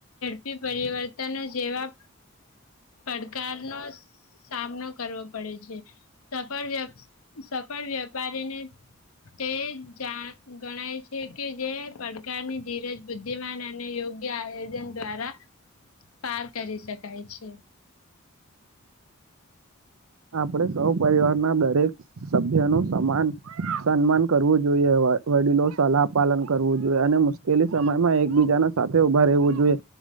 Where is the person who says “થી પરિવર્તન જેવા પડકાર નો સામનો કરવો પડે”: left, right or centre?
Left